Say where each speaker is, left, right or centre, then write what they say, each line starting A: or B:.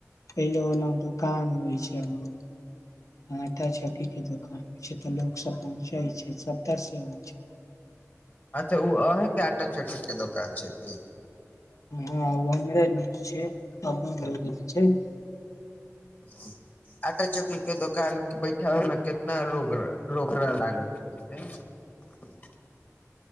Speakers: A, on the left; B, on the left.
A: पहिले ओनऽ दुकान होइ छै। <inaudible> आटा चक्की के। <unintelligible> ई के दुकान छै। <unintelligible> तऽ लोक सब पहुँचै छै <unintelligible> सबतर से अबै छै।
B: अच्छा ओ अहेके आटा चक्की के दोकान छै कि।
A: हँ उ हमरे छै <unintelligible> छै। <unintelligible>
B: ह। <unintelligible> आटा चक्की के दोकान बैठाबै मे केतना लोग <unintelligible> रह। <inaudible> रोकड़ा लागल छै। <unintelligible>